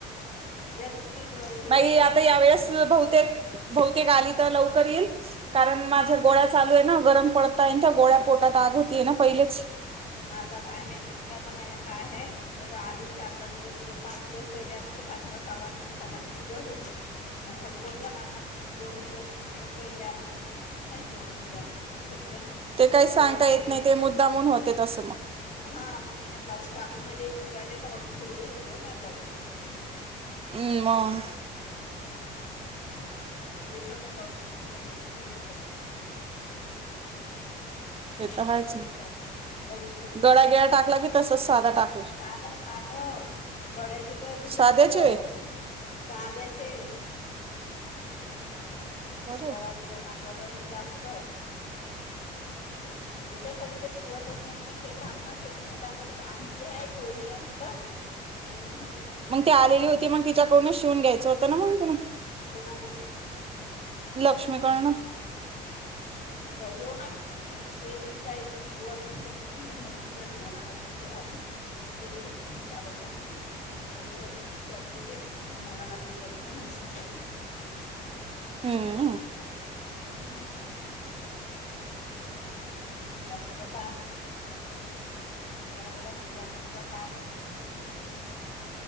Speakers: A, on the left; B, on the right.
A: ज्या दिवशी ग हे
B: मा
A: आहे त्याच
B: आता
A: दिवशी
B: यावेेळेस बहुतेक बहुतेक आली लवकर येई कारण माझ्या गोळ्या चालू आहे ना? गरम पडताय त्या गोळ्या पोटात आग होतीय ना पहिलेच
A: आता काय माहित म्हला तर मा्या काय आहे ज आली दिवस पाच दिवस पहिले आली तर पाचवा सहावान दिवस आला तर पूजा होऊन जाई आणि हटकोळ पण दोन दिवस पहिले आली तर मग नाही होत उद्या आपण मीना घेत जाऊ
B: ते काही सांगता
A: टाकले
B: येत नाही ते मुद्दामून होते तसं मग.
A: हा मग मी ना ब्लाउज टाकून आले शिवायले तर अडीचशे रुपये घेतले म मा ब्लाउजले
B: ह मग
A: म्हणजेचा ब्लाऊजची शिलाई अडीशे रुपय
B: हे
A: म्हणजे
B: तर हायच
A: समजा
B: ना
A: अडीचशे अडीचशे रुपये.
B: गळा्या गिळा टाकला कि तसच साधा टाकला
A: साध साध गड्याचे तर अजून जास्त
B: साध्याचे
A: सााध्याचे
B: आहे बरं
A: गोळागिळा टाकला तर अजून जास्त याच्यासाठी तर शिवतच नाही पण का काम न असते पण म आता ते आणली आहे कोरी आहे म्हटलं हम्म
B: मग त आलेली होती मग तिच्याकडूनच शिवून घ्यायचं होतं ना मग ति
A: कोणाकडून
B: लक्ष्मीकरर्ण
A: जाऊ देेव ना ते बी काय चूक वती तर हे मशीनच्या िलाना लाव ल ति काही एक मशीन चालवत नाही हो कशी क करते ते हिंगाणा लागून जाते ना मुशी
B: हम्म
A: हम्म अस असं तर काम आहे मवला गेला नाही का काय नाही